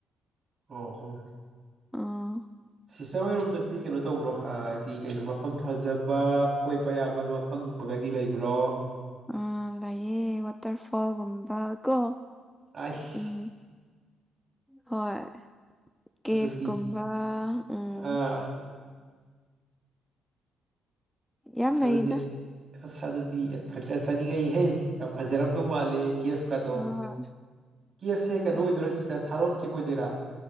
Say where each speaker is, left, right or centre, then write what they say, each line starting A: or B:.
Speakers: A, on the right; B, in the centre.
A: ꯑꯣ ꯍꯣ
B: ꯑꯥ
A: ꯁꯤꯁꯇꯔ ꯍꯣꯏꯔꯣꯝꯗꯗꯤ ꯀꯩꯅꯣ ꯇꯧꯕ꯭ꯔꯣ ꯍꯥꯏꯗꯤ ꯀꯩꯅꯣ ꯃ ꯃꯐꯝ ꯐꯖꯕ ꯀꯣꯏꯕ ꯌꯥꯕ ꯃꯐꯝꯒꯨꯝꯕꯒꯗꯤ ꯂꯩꯕ꯭ꯔꯣ
B: ꯑ ꯂꯩꯌꯦ ꯋꯥꯇꯔ ꯐꯣꯜꯒꯨꯝꯕ ꯀꯣ
A: ꯑꯩꯁ
B: ꯎꯝ ꯍꯣꯏ ꯀꯦꯐꯀꯨꯝꯕ
A: ꯑꯗꯨꯗꯤ
B: ꯎꯝ
A: ꯑꯥ
B: ꯌꯥꯝ
A: ꯑꯁ
B: ꯂꯩꯗ
A: ꯑꯗꯨꯗꯤ ꯑꯁ ꯑꯗꯨꯗꯤ ꯈꯡꯆꯥ ꯆꯥꯅꯤꯡꯉꯛꯢꯍꯦ ꯌꯥꯝ ꯐꯖꯔꯝꯗꯧ ꯃꯥꯂꯦ ꯀꯦꯐꯀꯗꯣ
B: ꯍꯣꯏ
A: ꯀꯦꯞꯁꯦ ꯀꯩꯅꯣ
B: ꯍꯣꯏ
A: ꯑꯣꯏꯗꯣꯏꯔꯥ ꯁꯤꯁꯇꯔ ꯊꯥꯔꯣꯟ ꯀꯦꯞ ꯑꯣꯏꯗꯣꯏꯔꯥ